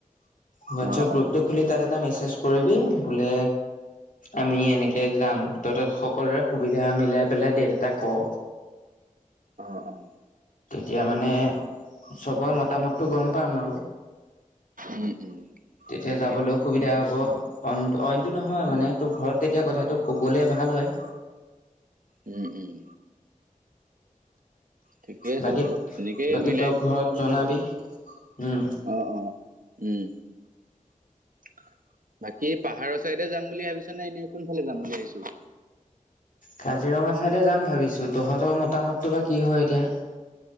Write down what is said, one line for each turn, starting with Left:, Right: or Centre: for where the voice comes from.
Left: হোৱাটছএপ
Right: অ অ
Left: গ্ৰুপটো খুলি তাত এট এটা মেছেেজ কৰিবি বোলে আমি এনেকে যাম। তহ সকলোৰে সুবিধা মিলাই পেলাই ডেট এটা ক'।
Right: অ' অ'।
Left: তেতিয়া মানে চবৰে মতামত টো গ'ম পাম আৰু
Right: উম উম
Left: তেতিয়া
Right: ঠিকে
Left: যাবলৈ
Right: আছে
Left: সুবিধা হ'ব। অন্ত অইন টো নহয়
Right: উম
Left: মানে তোৰ ঘৰত তেতিয়া কথাটো ক'বলৈ ভাল হয়।
Right: উম উম। ঠিকেই আছে
Left: বাকী
Right: বাৰু, তেনেকেই
Left: বাকী
Right: মিলাই
Left: তই
Right: মেলি
Left: ঘৰত
Right: ওলাব
Left: জনাবি
Right: লাগিব আৰু।
Left: উম
Right: অ' অ' উম বাকী পাহাৰৰ চাইডে যাম বুলি ভাবিছ নে এনে কোনফালে যাম বুলি ভাবিছো?
Left: কাজিৰঙা ফালে যাম ভাবিছো। তহঁতৰ মতামতটো বা কি হয় এতিয়া।